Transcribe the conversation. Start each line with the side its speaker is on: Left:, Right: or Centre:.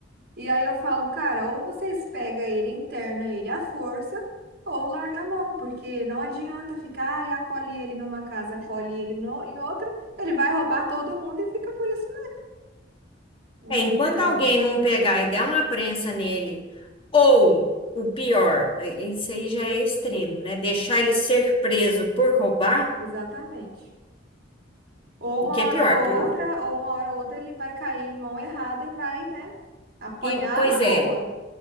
Right: E aí eu falo, cara, ou vocês pegam ele, interna ele à força, ou larga a mão, porque não adianta ficar ah, e acolhe ele numa casa, acolhe ele no, em outra, ele vai roubar todo mundo e fica por isso mesmo,
Left: É,
Right: entendeu?
Left: enquanto alguém não pegar e der uma prensa nele, ou o pior, é, isso aí já é extremo, né? Deixar ele ser preso por roubar,
Right: Exatamente. Ou
Left: o
Right: uma
Left: que é
Right: hora
Left: pior.
Right: ou
Left: por-
Right: outra, ou uma hora ou outra ele vai cair em mão errada e vai, né, apanhar
Left: E, pois
Right: na
Left: é,
Right: rua.